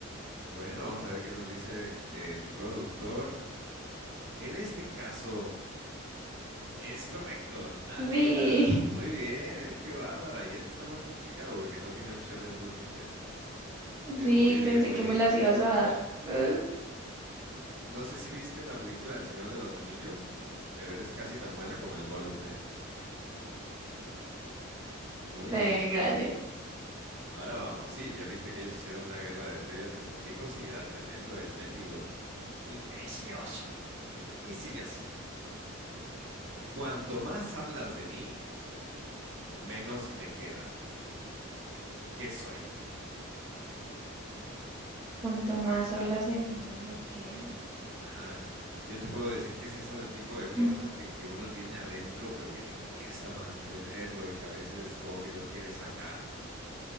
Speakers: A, on the right (about 55°); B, on the right (about 15°).
A: Bueno, vamos a ver qué nos dice el productor. En este caso, es correcto, la
B: Sí,
A: luna. Muy bien, ¿eh? Qué bárbara. Y esto está más complicado porque no tiene opciones múltiples.
B: <laughs>
A: Pero
B: sí,
A: muy bien,
B: pensé
A: muy
B: que
A: bien.
B: me las ibas a dar. <laughs> Eh,
A: No sé si viste la película del Señor de los Anillos, pero eres casi tan buena como el Gollum, ¿eh? Muy
B: eh,
A: bien.
B: gracias.
A: Ahora vamos. Sí, ya viste que ellos hicieron una guerra de trivias y acertijos y era tremendo el mendigo. Mi precioso. Y sigue así. Cuanto más hablas de mí, menos me queda. ¿Qué soy?
B: Cuanto más hablas de mí, menos me queda.
A: Ajá. Yo te puedo decir que es ese tipo de cosas
B: <clears throat>
A: que, que uno tiene adentro, pero que le cuesta mantenerlo y que a veces como que lo quiere sacar,